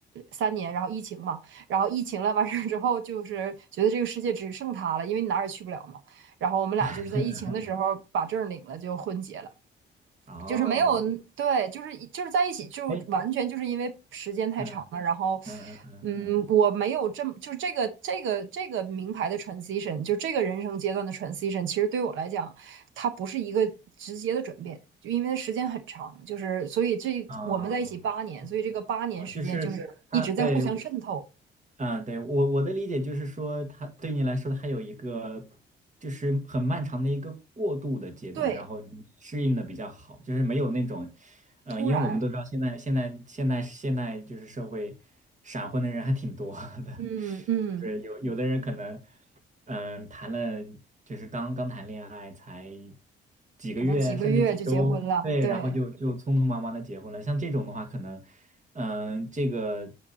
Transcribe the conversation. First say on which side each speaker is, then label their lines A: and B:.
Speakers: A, on the right; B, on the right.
A: 三年，然后疫情嘛，然后疫情了完事儿之后，就是觉得这个世界只剩他了，因为你哪儿也去不了嘛，然后我们俩就是在疫情的时候把证领了，
B: <laughs>
A: 就婚结了。
B: 哦，
A: 就是没有，对，就是就是在一起，就完全就是因为时间太长了，
B: 哎，嗯
A: 然后，
B: 嗯嗯嗯嗯，
A: 嗯，我没有这么就是这个这个这个名牌的 transition，就这个人生阶段的 transition，其实对我来讲，它不是一个直接的转变，就因为它时间很长，就是所以这我们在一起八年，
B: 哦，啊哦，
A: 所以这个八年时间就是一直在互相渗透，
B: 哦就是他对，啊，对我我的理解就是说，他对你来说，他有一个就是很漫长的一个过渡的阶段，
A: 对，
B: 然后你适应的比较好，就是没有那种嗯、
A: 突然，
B: 呃因为我们都知道现在现在现在现在就是社会闪婚的人还挺多的，
A: 嗯嗯，
B: <laughs> 就是有有的人可能嗯、谈了就是刚刚谈恋爱才几个月甚至几周，
A: 可能几个月就结婚了，
B: 对，
A: 对，
B: 然后就就匆匆忙忙的结婚了。像这种的话，可能嗯、这个